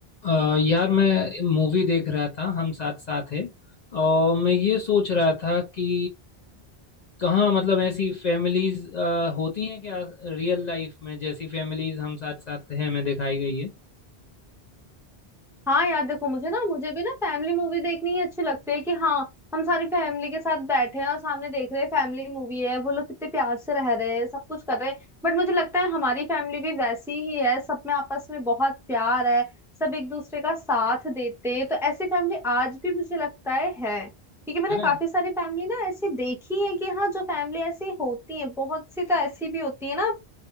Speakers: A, on the left; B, in the centre.
A: अ यार मैं मूवी देख रहा था हम साथ साथ है और मैं ये सोच रहा था कि कहाँ मतलब ऐसी फैमिलीज होती हैं क्या रियल लाइफ में जैसी फैमिलीज हम साथ साथ हैं में दिखाई गई है
B: हाँ यार देखो मुझे ना मुझे भी ना फैमिली मूवी देखनी ही अच्छी लगती है कि हाँ हम सारी फैमिली के साथ बैठे हैं और सामने देख रहे हैं फैमिली मूवी है वो लोग कितने प्यार से रह रहे हैं सब कुछ कर रहे हैं बट मुझे लगता है हमारी फैमिली भी वैसी ही है सब में आपस में बहुत प्यार है सब एक दूसरे का साथ देते हैं तो ऐसी फैमिली आज भी मुझे लगता है है क्योंकि मैंने
A: है ना
B: काफी सारी फैमिली ना ऐसी देखी है कि हाँ जो फैमिली ऐसी होती है बहुत सी तो ऐसी भी होती है ना